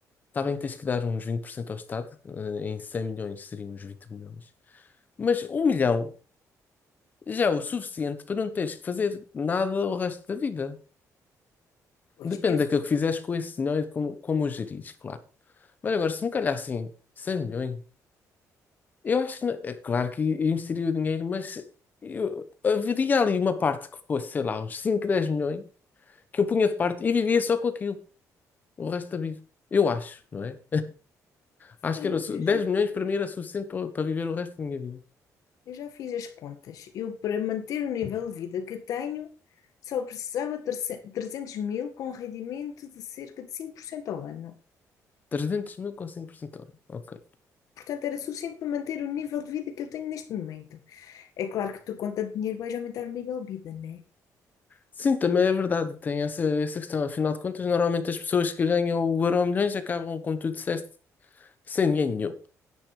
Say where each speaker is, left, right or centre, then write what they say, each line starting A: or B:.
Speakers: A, on the left (about 30°); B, on the left (about 65°).
A: está bem que tens que dar uns 20% ao Estado, eh, em 100 milhões seriam uns 20 milhões, mas um milhão já é o suficiente para não teres que fazer nada o resto da vida.
B: Pois,
A: Depende
B: eu sou-
A: daquilo que fizeres com esse dinheiro e de como, como o gerires, claro. Mas agora, se me calhar assim, 100 milhões, eu acho que, não- é claro que investiria o dinheiro, mas eu, haveria ali uma parte que fosse, sei lá, uns 5 10 milhões, que eu punha de parte e vivia só com aquilo o resto da vida. Eu acho, não é?
B: sim,
A: Acho que era, su-
B: eu já
A: 10 milhões para
B: fiz,
A: mim era suficiente para, para viver o resto da minha vida.
B: eu já fiz as contas. Eu, para manter o nível de vida que tenho, só precisava de trece- trezentos mil com rendimento de cerca de 5% ao ano.
A: 300 mil com 5% ao ano. Ok.
B: Portanto, era suficiente para manter o nível de vida que eu tenho neste momento. É claro que tu, com tanto dinheiro, vais aumentar o nível de vida, né?
A: Sim, também é verdade, tem essa, essa questão. Afinal de contas, normalmente as pessoas que ganham o Euro milhões acabam, como tu disseste, sem dinheiro nenhum.